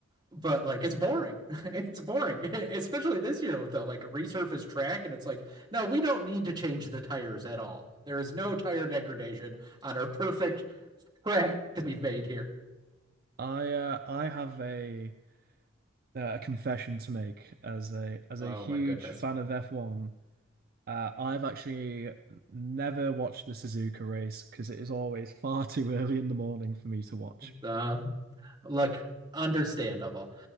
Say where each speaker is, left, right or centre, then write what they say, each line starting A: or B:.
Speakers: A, on the right; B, on the right.
A: but like it's boring. <laughs> It's boring, <laughs> especially this year with the like resurfaced track and it's like, no, we don't need to change the tires at all. There is no tire degradation on our perfect track <laughs> that we've made here.
B: I uh, I have a uh, a confession to make as a as
A: Oh
B: a huge
A: my goodness.
B: fan of F1. Uh, I've actually never watched the Suzuka race because it is always <laughs> far too early in the morning for me to watch.
A: Uh look, understandable.